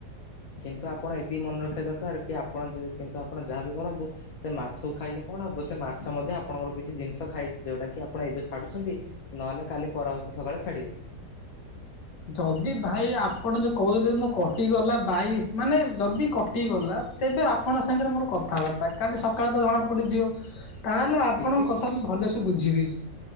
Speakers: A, on the left; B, on the left.
A: କିନ୍ତୁ ଆପଣ ଏତିକି ମନେ ରଖିବା ଦରକାର, କି ଆପଣ ଯା-କିନ୍ତୁ ଆପଣ ଯାହାବି କରନ୍ତୁ, ସେ ମାଛକୁ ଖାଇଲେ କଣ ହବ? ସେ ମାଛ ମଧ୍ୟ ଆପଣଙ୍କର କିଛି ଜିନିଷ ଖାଇଛି? ଯୋଉଟା କି ଆପଣ ଏବେ ଛାଡୁଛନ୍ତି। ନହେଲେ କାଲି ପରବର୍ତ୍ତୀ ସକାଳେ ଛାଡ଼ିବେ?
B: ଯଦି ଭାଇ ଆପଣ ଯୋଉ କହୁଛନ୍ତି ମୁଁ କଟିଗଲା ବାଇ ମାନେ ଯଦି କଟି ଗଲା ତେବେ ଆପଣଙ୍କ ସାଙ୍ଗରେ ମୋର କଥାବାର୍ତ୍ତା କାଲି ସକାଳେ ତ ଜଣାପଡ଼ିଯିବ। ତାହେଲେ ଆପଣଙ୍କ
A: କିଛି
B: କଥା ମୁଁ ଭଲସେ ବୁଝିବି।